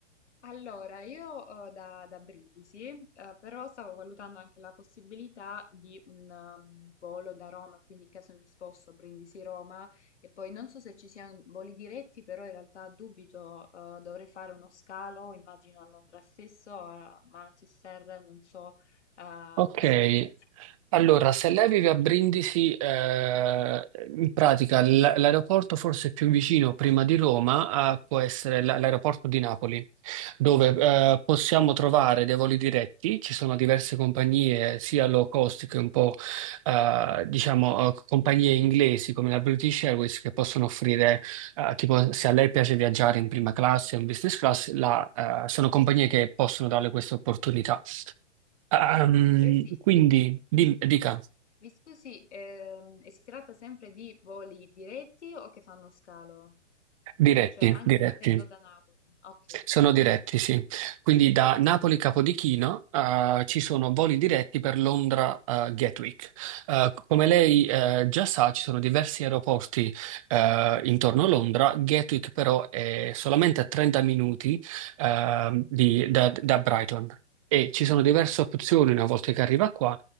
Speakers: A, on the left (about 75°); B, on the right (about 30°).
A: Allora, io eh, da, da Brindisi, eh, però stavo valutando anche la possibilità di un um, volo da Roma, quindi in caso mi sposto Brindisi-Roma e poi non so se ci siano voli diretti, però in realtà dubito, eh, dovrei fare uno scalo, immagino a Londra stesso, a Manchester, non so eh,
B: Ok,
A: che soluzioni ci sono.
B: Allora, se lei vive a Brindisi, eh, in pratica l- l'aeroporto forse più vicino prima di Roma, eh, può essere l- l'aeroporto di Napoli, dove, eh,
A: Ok.
B: possiamo trovare dei voli diretti, ci sono diverse compagnie, sia low cost che un po', eh, diciamo, eh, compagnie inglesi come la British Airways che possono offrire, eh, tipo, se a lei piace viaggiare in prima classe o in business class, la- eh, sono compagnie che possono darle questa opportunità. Ah, mm,
A: Eh sì,
B: quindi, dim- dica.
A: Mi scusi, ehm, e si tratta sempre di voli diretti o che fanno scalo?
B: Diretti,
A: Cioè, anche
B: diretti,
A: partendo da Napoli. Ok.
B: sono diretti, sì. Quindi da Napoli Capodichino eh, ci sono voli diretti per Londra eh, Gatwick. Eh, come lei eh, già sa, ci sono diversi aeroporti eh, intorno a Londra. Gatwick però è solamente a 30 minuti eh, di- da, da Brighton. E ci sono diverse
A: Oh,
B: opzioni una volta che arriva qua,